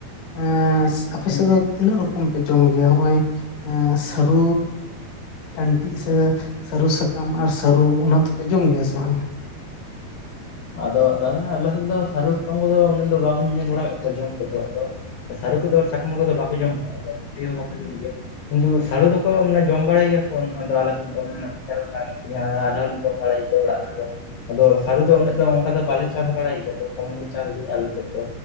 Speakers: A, on the left; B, on the left.
A: ᱮᱸᱥ ᱼᱼ ᱟᱯᱮ
B: ᱦᱮᱸ
A: ᱥᱮᱜ
B: ᱦᱮᱸ
A: ᱫᱚᱼᱼ ᱛᱤᱱᱟᱹᱜ ᱨᱚᱠᱚᱢ ᱯᱮ ᱡᱚᱢ ᱜᱮᱭᱟ ᱦᱚᱸᱜ-ᱚᱸᱭ ᱮᱸ ᱥᱟᱹᱨᱩ ᱴᱟᱹᱱᱴᱤᱡ ᱥᱮᱼᱼ ᱥᱟᱹᱨᱩ ᱥᱟᱠᱟᱢ ᱟᱨ ᱥᱟᱹᱨᱩ ᱚᱱᱟ ᱫᱚᱯᱮ ᱡᱚᱢ ᱜᱤᱭᱟ ᱥᱮ ᱵᱟᱝᱟ?
B: ᱟᱫᱚ ᱫᱟᱫᱟ ᱟᱞᱮ ᱥᱮᱜ ᱫᱚ ᱥᱟᱨᱩ ᱥᱟᱠᱟᱢ‌ ᱠᱚᱫᱚ ᱩᱱᱟᱹᱜ ᱫᱚ ᱵᱟᱝ ᱞᱤᱧ ᱧᱮᱞ ᱵᱟᱲᱟᱣ ᱠᱟᱜ ᱠᱚᱣᱟ ᱡᱚᱢ ᱠᱚᱫᱚ ᱟᱫᱚᱼᱼ ᱥᱟᱨᱩ ᱠᱚᱫᱚ ᱟᱨ ᱥᱟᱠᱟᱢ ᱠᱚᱫᱚ ᱵᱟᱠᱚ ᱡᱚᱢ ᱵᱟᱲᱟᱭ ᱜᱮᱭᱟ ᱟᱱᱴᱤᱜ ᱦᱚᱸ ᱵᱟᱠᱚ ᱡᱚᱢ ᱜᱮᱭᱟ᱾ ᱠᱤᱱᱛᱩ ᱥᱟᱲᱩ ᱫᱚᱠᱚ ᱢᱟᱱᱮ ᱡᱚᱢ ᱵᱟᱲᱟᱭ ᱜᱮᱭᱟ ᱠᱚ ᱚᱱ ᱟᱞᱮ ᱥᱮᱱ ᱫᱚ ᱢᱟᱱᱮ ᱧᱮᱞ ᱵᱟᱲᱟᱼᱼ ᱭᱟ ᱟᱞᱮ ᱦᱚᱸᱞᱮ ᱡᱚᱢ ᱵᱟᱲᱟᱭ ᱜᱮᱭᱟ ᱚᱲᱟᱜ ᱨᱮᱫᱚ ᱟᱫᱚ ᱥᱟᱨᱩ ᱫᱚ ᱚᱱᱮᱼᱼ ᱫᱚ ᱚᱱᱠᱟ ᱫᱚ ᱵᱟᱞᱮ ᱪᱟᱥ ᱵᱟᱲᱟᱭ ᱜᱮᱭᱟ ᱟᱫᱚ ᱠᱚᱢ ᱜᱮᱞᱮ ᱪᱟᱥ ᱜᱮᱭᱟ ᱟᱞ ᱥᱮᱡ ᱫᱚ᱾